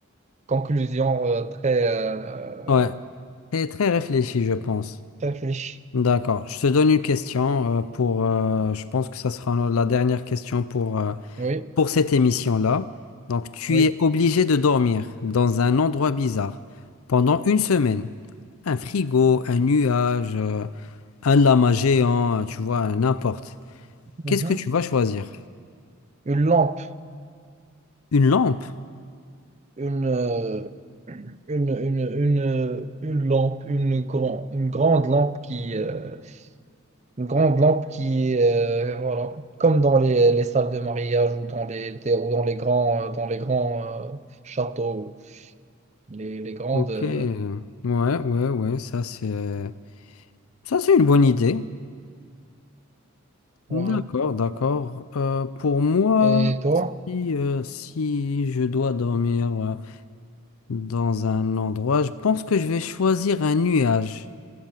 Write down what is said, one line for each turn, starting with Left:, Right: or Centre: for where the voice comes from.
Right: conclusion euh, très, euh,
Left: Ouais, c'est très réfléchi, je pense.
Right: très riche.
Left: D'accord. Je te donne une question euh, pour. euh, je pense que ça sera no- la dernière question pour euh,
Right: Oui,
Left: pour cette émission-là. Donc, tu
Right: oui.
Left: es obligé de dormir dans un endroit bizarre pendant une semaine. Un frigo, un nuage. euh, un lama géant, tu vois, n'importe.
Right: Mhm.
Left: Qu'est-ce que tu vas choisir?
Right: Une lampe,
Left: Une lampe?
Right: une, euh, une, une, une, une lampe, une, grand, une grande lampe qui, euh, une grande lampe qui, euh, voilà, comme dans les, les salles de mariage ou dans les, des- ou dans les grands, euh, dans les grands euh, châteaux, les, les grandes,
Left: Ok.
Right: euh,
Left: euh, Ouais, ouais, ouais, ça c'est ça c'est une bonne idée.
Right: voilà.
Left: D'accord, d'accord. Euh, pour moi,
Right: Et toi?
Left: si, euh, si je dois dormir euh, dans un endroit, je pense que je vais choisir un nuage.